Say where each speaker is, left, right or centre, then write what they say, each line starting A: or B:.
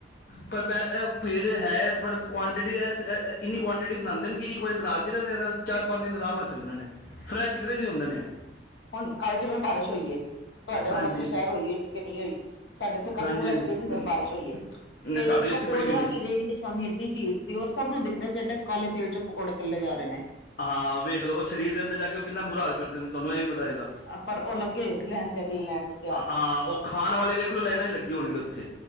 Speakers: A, on the left; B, on the left.
A: ਪਰ ਪੈ ਭੀੜ ਹੈ ਪਰ ਕੁਆਂਟਿਟੀ ਇਸ ਇੰਨੀ ਕੁਆਂਟਿਟੀ ਬਣਾਉਂਦੇ ਕਿ ਇੱਕ ਵਾਰੀ ਬਨਾ ਕੇ <unintelligible> ਚਾਰ, ਪੰਜ ਦਿਨ ਆਰਾਮ ਨਾਲ ਚੱਲਦੇ ਨੇ ਫਰੈਸ਼ ਕਿਧਰੇ ਨਹੀਂ ਹੁੰਦੇ ਨੇ।
B: ਹੁਣ ਕੱਲ ਜਿਵੇਂ ਬਾਰਿਸ਼ ਹੋਈਏ ਤੁਹਾ
A: ਹਾਂਜੀ
B: ਹੁਣ ਉੱਥੇ ਸ਼ਹਿਰ ਹੋਈ ਕਿ ਨੀ ਹੋਈ ਸਾਡੇ ਇੱਥੇ ਕੱਲ
A: ਹਾਂਜੀ
B: ਪੂਰਾ
A: ਹਾਂਜੀ
B: ਦਿਨ
A: ਨ-
B: ਬਾਰਿਸ਼ ਹੋਈ ਹੈ।
A: ਨਹੀਂ
B: ਤੇ
A: ਸਾਡੇ
B: ਪਕੌੜੇ
A: ਇੱਥੇ ਬੜੀ ਹੋਈ ਨੇ
B: ਆਲੀ ਰੇਹੜੀ ਤੇ ਸ਼ਾਮੀ ਏਡੀ ਭੀੜ ਹੋਰ ਸਭ ਨੂੰ ਦਿਖ ਰਹੇ ਸੀ ਐਡੇ ਕਾਲੇ ਤੇਲ ਚੋਂ ਪਕੌੜੇ ਤੱਲੇ ਜਾ ਰਹੇ ਨੇ
A: ਹਾਂ, ਉਹ ਵੇਖ ਲਓ ਉਹ ਸਰੀਰ ਦੇ ਅੰਦਰ ਜਾ ਕੇ ਕਿੰਨਾ ਬੁਰਾ ਹਾਲ ਕਰਦੇ ਨੇ ਤੁਹਾਨੂੰ ਇਹ ਵੀ ਪਤਾ ਹੋਏਗਾ,
B: ਪਰ ਉਹ ਲੱਗੇ ਹੋਏ ਸੀ ਲੈਣ ਤੇ ਅਗਲੇ ਲੈਣ ਨੂੰ ਤਿਆਰ
A: ਹਾਂ ਉਹ ਖਾਣ ਵਾਲੇ ਵੇਖ ਲਓ ਲਾਈਨਾਂ ਲੱਗੇਂ ਹੋਣਗੇ ਉੱਥੇ,